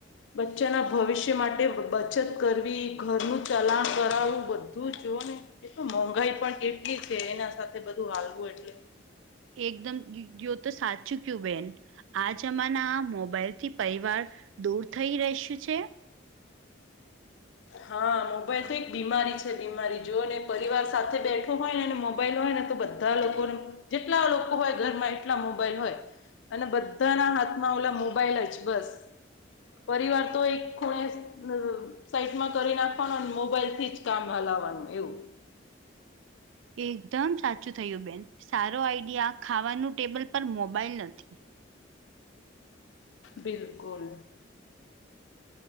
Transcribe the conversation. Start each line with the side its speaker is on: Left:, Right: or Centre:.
Left: બચ્ચાના ભવિષ્ય માટે બચત કરવી ઘરનું ચલાણ કરાવવું બધું જો ને. એક તો મોંઘાઈ પણ કેટલી છે એના સાથે બધું હાલવું એટલે
Right: એકદમ કયો તો સાચું કયું બેન. આ જમાના મોબાઈલ થી પરિવાર દૂર થઈ રહસ્યું છે.
Left: હા મોબાઈલ તો એક બીમારી છે બીમારી જો ને પરિવાર સાથે બેઠો હોય નેને મોબાઈલ હોય ને તો બધા બધા લોકો જેટલા લોકો હોય ઘરમાં એટલા મોબાઈલ હોય. અને બધાના હાથમાં ઓલા મોબાઈલ જ બસ. પરિવાર તો એક ખૂણે અ સા મા કરી નાખવાનું અને મોબાઈલ થી જ કામ હલાવાનું એવું.
Right: એકદમ સાચું થયું બેન સારો આઈડિયા ખાવાનું ટેબલ પર મોબાઈલ નથી.
Left: બિલકુલ.